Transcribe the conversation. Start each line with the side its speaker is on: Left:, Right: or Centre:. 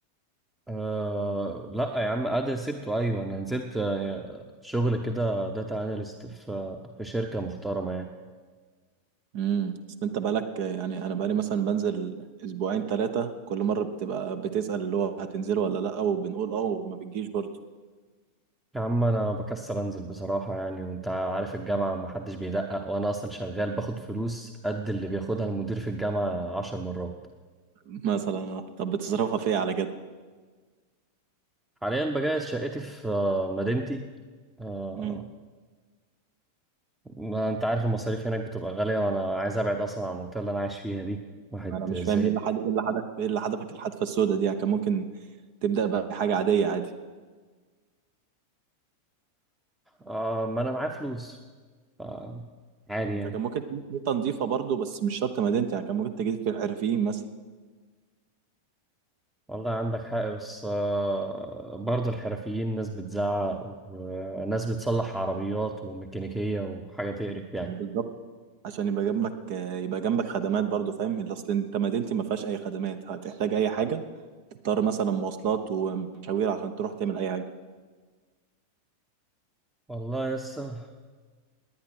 Centre: أه... لا يا عم ادي سبته ايوه انا نزلت آه، شغل كده داتا اناليست في في شركة محترمة يعني
Right: امم بس انت بقالك يعني انا بقالي مثلا بنزل اسبوعين ثلاثة كل مرة بتبقى بتسأل اللي هو هتنزله ولا لا وبنقول اه وما بتجيش برضه
Centre: يا عم انا بكسل انزل بصراحة يعني وانت عارف الجامعة محدش بيدقق وانا اصلا شغال باخد فلوس قد اللي بياخدها المدير في الجامعة عشر مرات
Right: <laughs> مثلا اه طب بتصرفها في ايه على كده
Centre: حاليا بجهز شقتي في آه، مدينتي آه،
Right: امم
Centre: ما انت عارف المصاريف هناك بتبقى غالية وانا عايز ابعد اصلا عن المنطقة اللي انا عايش فيها دي واحد
Right: انا مش فاهم
Centre: زهق
Right: ايه اللي حد ايه اللي حدك ايه اللي حدفك الحدفة السوداء دي يعني كان ممكن تبدأ بحاجة عادية عادي
Centre: آه ما انا معايا فلوس آه عادي
Right: انت
Centre: يعني
Right: كان ممكن تجيب نقطة نضيفة برضه بس مش شرط مدينتي يعني كان ممكن تجيب في الحرفيين مثلا
Centre: والله عندك حق بس آه برضه الحرفيين ناس بتزعق وناس بتصلح عربيات وميكانيكية وحاجة تقرف يعني
Right: بالظبط عشان يبقى جنبك آه، يبقى جنبك خدمات برضو فاهم اللي اصل انت مدينتي ما فيهاش اي خدمات هتحتاج اي حاجه تضطر مثلا مواصلات ومشاوير عشان تروح تعمل اي حاجه
Centre: والله لسه